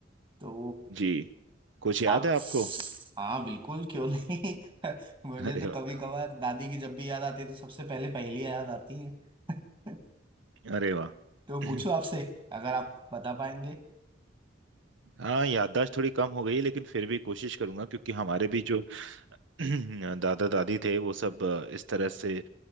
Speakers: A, on the right (about 25°); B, on the right (about 70°).
A: तो
B: जी कुछ याद
A: आप
B: है आपको
A: हाँ बिल्कुल क्यों नहीं <laughs> मुझे
B: अरे
A: तो
B: वाह
A: कभी कभार दादी की जब भी याद आती है तो सबसे पहले पहेली याद आती है <laughs>
B: अरे वाह
A: तो
B: <clears throat>
A: पूछूं आपसे अगर आप बता पाएंगे
B: हाँ याददाश्त थोड़ी कम हो गई है लेकिन फिर भी कोशिश करूंगा क्योंकि हमारे भी जो <clears throat> दादा दादी थे वो सब अ, इस तरह से